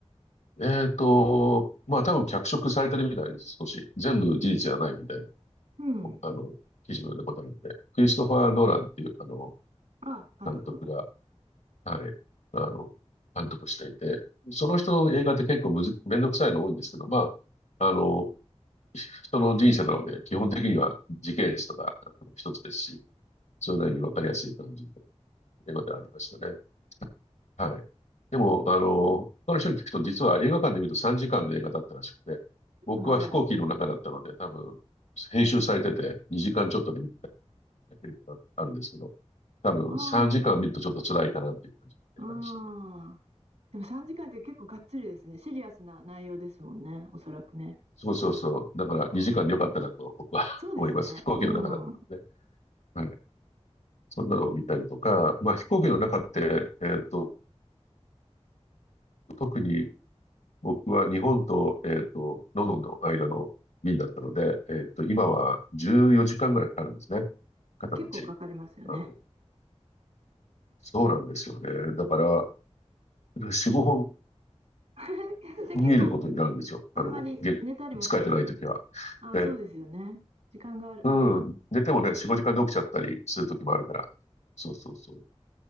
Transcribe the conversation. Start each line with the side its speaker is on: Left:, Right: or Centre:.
Left: えっと、まあ多分脚色されてるみたいです、少し。全部事実じゃないみたいな。
Right: うん。
Left: あの、記事も読んだことあるんで、クリストファー・ノーランっていう、あの、
Right: あ、監督。
Left: 監督が、はい、あの、監督していて、その人の映画って結構むず、めんどくさいの多いんですけど、まあ、あの、人の人生なので、基本的には時系列とかあの一つですし、それなりにわかりやすい感じの映画ではありましたね。はい。でも、あの、他の人に聞くと、実は映画館で見ると3時間の映画だったらしくて、
Right: 結構長い。
Left: 僕は飛行機の中だったので、多分、編集されてて2時間ちょっとで見たっていうのがあるんですけど、多分3時間見るとちょっと辛いかなっていう感じの映画でしたね。
Right: ああ、ああ。でも3時間って結構がっつりですね。シリアスな内容ですもんね。おそらくね。
Left: そうそうそう。だから2時間でよかったなと僕は
Right: あーそうですね。
Left: <laughs> 思います。飛行機の中だったのでね。
Right: うん。
Left: はい。そんなのを見たりとか、まあ飛行機の中って、えっと、特に僕は日本と、えっと、ロンドンの間の便だったので、えっと、今は14時間ぐらいかかるんですね。片道。
Right: 結構かかりますよね。
Left: あの、そうなんですよね。だから、4、5
Right: <laughs> で、結構
Left: 本見ることになるんですよ。
Right: あんまり寝たりもせず。
Left: あの、げ疲れてないときは。
Right: あ、
Left: で、
Right: そうですよね。時間がある、
Left: うん。
Right: あれば。
Left: 寝てもね、4、5時間で起きちゃったりする時もあるから。そうそうそう。